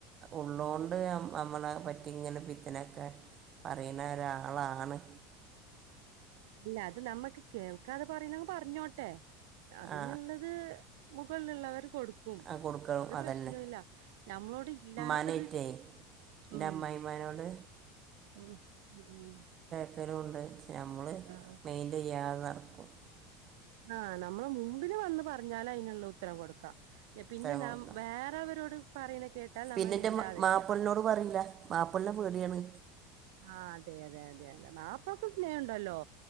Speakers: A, on the right; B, on the right.
A: ഉള്ളോണ്ട്
B: ഉം
A: അമ് അമ്മളെ പറ്റിങ്ങനെ പിത്തനെക്കെ പറി ണെ ഒരാളാണ്.
B: അല്ല അത് നമ്മക്ക് കേൾക്കാതെ പറിണത് പർഞ്ഞോട്ടെ അതിനുള്ളത്
A: ആ
B: മുകള്ള്ള വരും കൊടുക്കും
A: ആ കൊടുക്കണം
B: അത്
A: അതന്നെ
B: പ്രശ്നവില്ല നമ്മളോട് ഇല്ലാത്തത്
A: ഉമ്മാനായിട്ടേ എൻ്റെ
B: ഉം
A: അമ്മായിമാനോട്
B: ഉം ഉം
A: ക്കലു ഉണ്ട് ഞമ്മള്
B: ആഹ്
A: മെയിൻറ്റ് ചെയ്യാതെ നടക്കും
B: ആഹ് നമ്മള് മുമ്പ് ല് വന്ന് പറഞ്ഞാലയ്ന്ള്ള ഉത്തരം കൊട്ക്കാ പിന്നെ
A: ഉത്തരം
B: നാം
A: കൊടുക്കാം
B: വേറെവരോട് പറയുന്ന കേട്ടാൽ
A: പിന്നെ
B: നമ്മൾ
A: ന്റെ
B: മിണ്ടാതിരിക്കാം
A: മ മാപ്പൾനോട് പറയില്ല മാപ്പൾനെ പേടിയാണ്
B: ആഹ് അതെ അതെ അതെ മാപ്പൾക്ക് സ്നേഹം ണ്ടല്ലോ